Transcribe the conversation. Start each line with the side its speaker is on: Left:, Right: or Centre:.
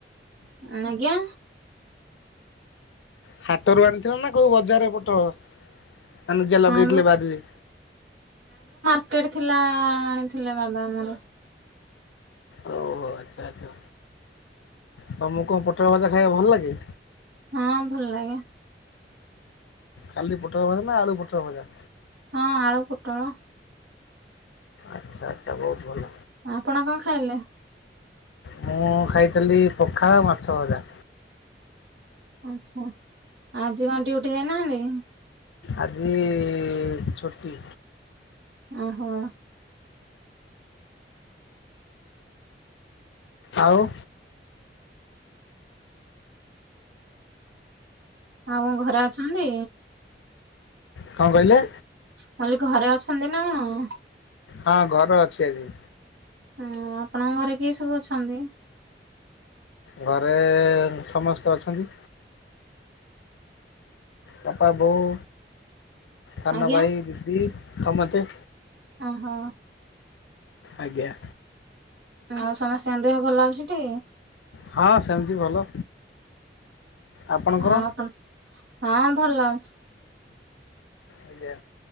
Right: ଆଜ୍ଞା।
Left: ହାଟରୁ ଆଣିଥିଲ ନା କୋଉ ବଜାରରେ ପୋଟଳ? ନା ନିଜେ ଲଗେଇଥିଲେ
Right: ହଁ ବ
Left: ବାରିରେ।
Right: ଟିକେଟ ଥିଲା ଆଣିଥିଲେ ବାବା ଆମର।
Left: ଓହୋ ଆଚ୍ଛା ଆଚ୍ଛା ତମକୁ କଣ ପୋଟଳ ଭଜା ଖାଇବା ଭଲ ଲାଗେ?
Right: ହଁ ଭଲଲାଗେ।
Left: କାଲି ପୋଟଳ ଭଜା ନା ଆଳୁ ପୋଟଳ ଭଜା।
Right: ହଁ ଆଳୁର ପୁଟଳ।
Left: ଆଚ୍ଛା ଆଚ୍ଛା ବହୁତ ଭଲ।
Right: ଆପଣ କଣ ଖାଇଲେ?
Left: ମୁଁ ଖାଇଥିଲି ପଖାଳ ମାଛ ଭଜା।
Right: ଆଚ୍ଛା, ଆଜି କଣ ଡ୍ୟୁଟି ଯାଇନାହାନ୍ତି?
Left: ଆଜି ଛୁଟି।
Right: ଓହୋ।
Left: ଆଉ।
Right: ଆଉ କଣ ଘରେ ଅଛନ୍ତି?
Left: କଣ କହିଲେ।
Right: ମୁଁ କହିଲି ଘରେ ଅଛନ୍ତି ନା କଣ?
Left: ହଁ ଘର ଅଛି ଆଜି।
Right: ହଁ ଆପଣଙ୍କ ଘରେ କିଏ ସବୁ ଅଛନ୍ତି?
Left: ଘରେ ସମସ୍ତେ ଅଛନ୍ତି। ବାପା, ବୋଉ, ସାନଭାଇ,
Right: ଆଜ୍ଞା
Left: ଦିଦି ସମସ୍ତେ।
Right: ଓହୋ।
Left: ଆଜ୍ଞା।
Right: ଆଉ ସମସ୍ତଙ୍କ ଦେହ ଭଲ ଅଛିଟି।
Left: ହଁ ସେମିତି ଭଲ। ଆପଣଙ୍କର
Right: ଆଉ ଆପଣ, ହଁ ଭଲ ଅଛି।
Left: ଆଜ୍ଞା